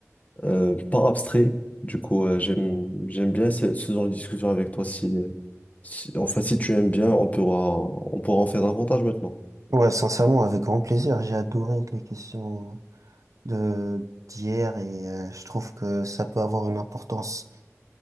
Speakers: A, on the left (about 30°); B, on the right (about 85°).
A: euh, pas abstrait. Du coup, euh, j'aime, j'aime bien ce, ce genre de discussion avec toi. Si, euh, si- enfin, si tu aimes bien, on pourra, on pourra en faire davantage maintenant.
B: Ouais, sincèrement, avec grand plaisir. J'ai adoré les questions de d'hier et euh, je trouve que ça peut avoir une importance